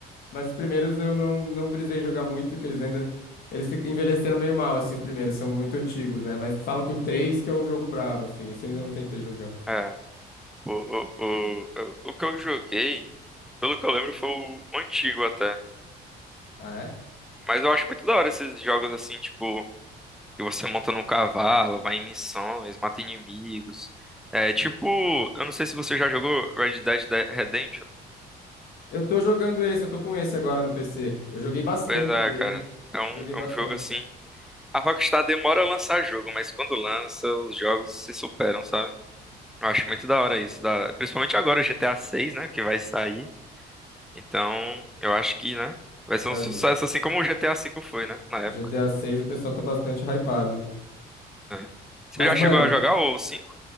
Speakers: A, on the left (about 65°); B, in the centre.
A: mas os primeiros eu não, não brisei jogar muito, que eles ainda. Eles fi- envelheceram meio mal, assim, os primeiros, são muito antigos, né? Mas falam que o 3 que é o jogo brabo, assim. Esse eu ainda não tentei jogar.
B: É. O, o, o, o o que eu joguei, pelo que eu lembro, foi o o antigo até.
A: Ah, é?
B: Mas eu acho muito da hora esses jogos assim, tipo, que você monta num cavalo, vai em missões, mata inimigos. É tipo, eu não sei se você já jogou Red Dead De- Redemption.
A: Eu tô jogando esse, eu tô com esse agora no PC. Eu joguei bastante
B: Pois é,
A: dele.
B: cara. É um,
A: Eu joguei bastante.
B: é um jogo assim. A Rockstar demora a lançar jogo, mas quando lança, os jogos se superam, sabe? Eu acho muito da hora isso. Da... Principalmente agora o GTA VI, né? Que vai sair. Então, eu acho que, né? Vai ser
A: Ah,
B: um sucesso assim como o GTA V foi, né? Na época.
A: O GTA 6 o pessoal tá bastante hypado.
B: né? Você
A: Mas,
B: já
A: mano,
B: chegou a jogar o cinco?